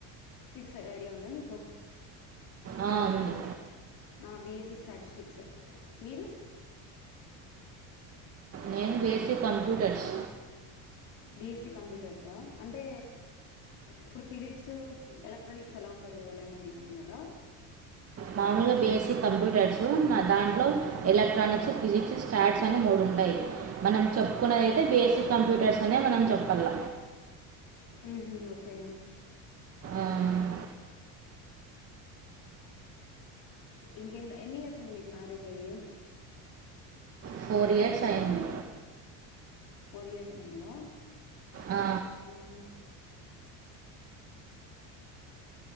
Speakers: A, on the left; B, on the right.
A: తా ఐడియా ఉందా మీకు
B: ఆ, ఉంది
A: ఆ బి స్ సి స్టాటిస్టిక్స్ మీరు?
B: నేను బీఎస్సీ కంప్యూటర్స్
A: బిఎస్సి కంప్యూటర్సా అంటే ఇప్పుడు ఫిజిక్స్ ఎలక్ట్రానిక్స్ అలా ఉంటుంది కదా అలా ఏమన తీసుకున్నార?
B: మామూలుగా బిఎస్సి కంప్యూటర్స్ నా దాంట్లో ఎలక్ట్రానిక్స్, ఫిజిక్స్, స్టాట్స్ అని మూడు ఉంటాయి మనం చెప్పుకునేదయితే బేసిక్ కంప్యూటర్స్ అని నే మనం చెప్పల్ల
A: మ్ హు ఓకె
B: ఆ,
A: ఇంకెన్ ఎన్ని ఇయర్స్ అయింది మీకు మ్యారేజ్ అయ్యి
B: ఫోర్ ఇయర్స్ అయ్యింది
A: ఫోర్ ఇయర్స్ అయిందా
B: ఆ,
A: మ్